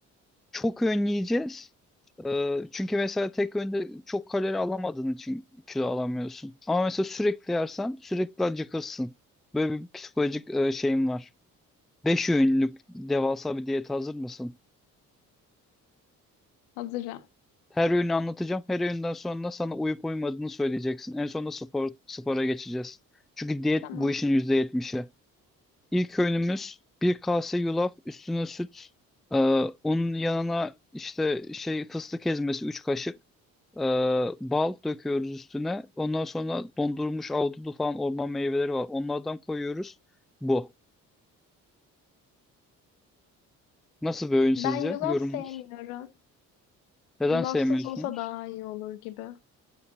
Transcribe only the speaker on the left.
Hazırım.
Tamam.
Ben yulaf
sevmiyorum.
Yulafsız
olsa daha iyi olur gibi.